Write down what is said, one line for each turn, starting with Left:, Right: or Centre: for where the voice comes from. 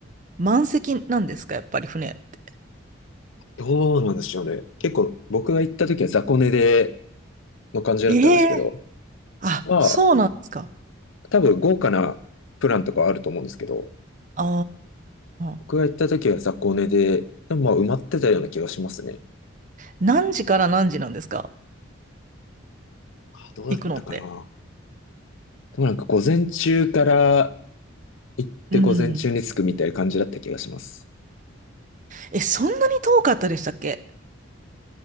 Right: 満席なんですか、やっぱり船って。
Left: どうなんでしょうね。結構僕が行った時は雑魚寝での感じだったんですけど、
Right: ええあ、
Left: まあ、
Right: そうなんですか。
Left: 多分豪華なプランとかはあると思うんですけど、
Right: あ
Left: 僕が行った時は雑魚寝で、
Right: あ。
Left: でもまあ埋まってたような気がしますね。
Right: 何時から何時なんですか
Left: あ、どうだったかな。
Right: 行くのって。
Left: でもなんか午前中から行って午前中に着くみたいな感じだった気がします。
Right: うん。え、そんなに遠かったでしたっけ